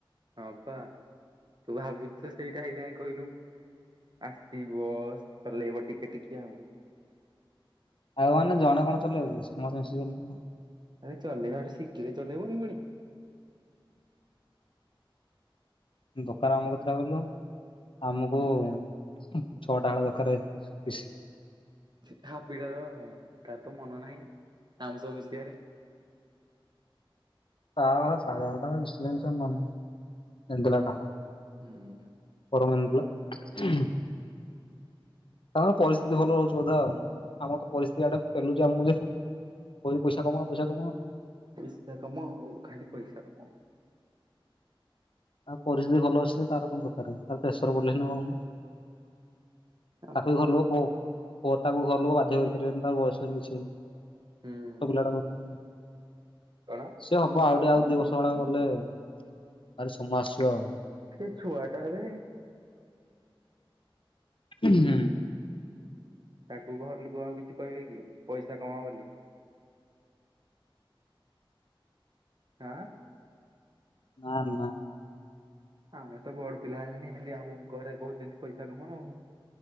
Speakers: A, on the right (about 55°); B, on the left (about 70°).
A: ହଁପା ତୁ ଭାବୁଛୁ ସେଇଟା ହେଇଥା କହିଲୁ ଆସିବ ଚଲେଇବ ଟିକେ ଟିକେ ଆଉ
B: ଆଉ କଣ ନା ଜଣେ କଣ ଚଲେଇବକି ସମସ୍ତେ ମିଶିକି ଚଲେଇ
A: ଆରେ ଚଲେଇବା ଆଗେ ଶିଖିଲେ ଚଲେଇବୁନୁ ପୁଣି
B: ଦୋକାନ ଆମ କତଟା କଲୁ ଆମକୁ ଛଅଟା ବେଳ ଦରକାର ପିଶି
A: ସିଧା ହାପିଟା ର ତାର ତ ମନ ନାହିଁ ଆମସହ ମିଶିବାରେ
B: ତା କଥାଛାଡ ହେଟା ମିଶି ଲେ ମିଶୁ ନହେଲେ ନାହିଁ କେନ୍ଦଲା ଟା ହେଟା
A: ହୁଁ ଉଁ
B: <unintelligible> ତାଙ୍କ ର ପରିସ୍ଥିତି ଭଲ ରହୁଛି ବୋଧେ ଆଉ ଆମର ତ ପରିସ୍ଥିତି ଆଡ଼େ ପେଲୁଛି ଆମକୁ ଯେ କହଉଛି ପଇସା କମାଅ ପଇସା କମାଅ
A: ପଇସାକାମଅ ଖାଲି ପଇସାକମାଅ
B: ଆଉ ପରିସ୍ଥିତି ଭଲ ଅଛି ତାର କଣ ଦରକାର ଆଉ ତାର ପ୍ରେସର ପଡିଲେ ନା କଣ
A: ଆମ
B: ତାକୁ ବି ଘର ଲୋକ ପୁଅ ପୁଅ ତାକୁ ଘର ଲୋକ ବାଧ୍ୟ କରିପାରିବେନି ତାକୁ ବୟସ ହେଇନି କିଛିହେଇନି। ଛୋଟ
A: ହୁଁ
B: ପିଲାଟା କହୁଛନ୍ତି।
A: କଣ?
B: ସିଏ ହବ ଆଉ ଟିକେ ଆଉ ଦୁଇ ବର୍ଷ ଭଳିଆ ଗଲେ ଆଉ ତାର ସମୟ ଆସିବ ଆଉ
A: ସେ ଛୁଆଟାଏବେ
B: ଉଁ ହୁଁ
A: ତାକୁ ଘର ଲୁକ ଆଉ କିଛି କହିବେ କି ପଇସା କମାଅ ବୋଲି କାଣା?
B: ନା ନା
A: ଆମେ ତ ବଡ ପିଲା ହେଲେଣି ହେନ୍ଦୀ ଆମ ଘରେ କହୁଛନ୍ତି ପଇସା କାମଅ ଆଉ